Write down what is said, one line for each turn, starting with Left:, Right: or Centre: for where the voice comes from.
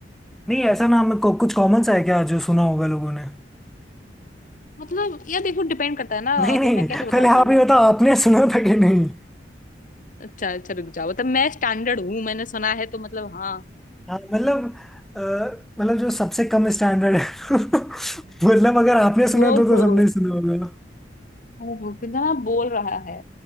Centre: नहीं ऐसा नाम है को, कुछ कॉमन सा है क्या जो सुना होगा लोगों ने
Left: मतलब यार देखो डिपेंड करता है ना
Centre: नहीं
Left: अब
Centre: नहीं
Left: मैं कैसे बताऊं
Centre: पहले
Left: तेरे
Centre: आप ही
Left: को
Centre: बताओ आपने सुना था कि नहीं
Left: अच्छा अच्छा रुक जाओ मतलब मैं स्टैंडर्ड हूँ मैंने सुना है तो मतलब हाँ
Centre: हाँ मतलब अ, मतलब जो सबसे कम स्टैंडर्ड है <laughs> मतलब अगर आपने सुना
Left: वो
Centre: तो तो
Left: हो
Centre: सबने सुना होगा
Left: ओहो, कितना बोल रहा है